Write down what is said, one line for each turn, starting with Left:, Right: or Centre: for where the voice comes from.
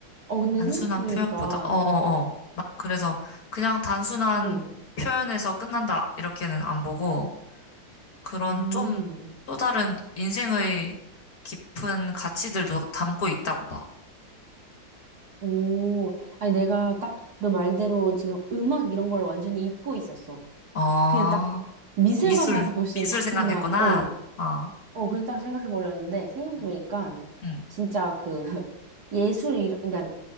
Right: 어, 근데
Left: 단순한
Right: 생각해보니까,
Left: 표현보다, 어어어. 나- 그래서 그냥 단순한
Right: 응.
Left: 표현에서 끝난다. 이렇게는 안 보고, 그런
Right: 음.
Left: 좀 또 다른 인생의 깊은 가치들도 담고 있다고 봐.
Right: 오, 아니 내가 딱 너 말대로 지금 음악 이런 걸 완전히 잊고 있었어.
Left: 어,
Right: 그냥 딱 미술관
Left: 미술,
Right: 가서 볼 수
Left: 미술
Right: 있는 작품만,
Left: 생각했구나.
Right: 어,
Left: 어,
Right: 어, 그냥 딱 생각해 버렸는데 생각해보니까
Left: 응, 응.
Right: 진짜 그 <laughs> 예술, 이- 그러니까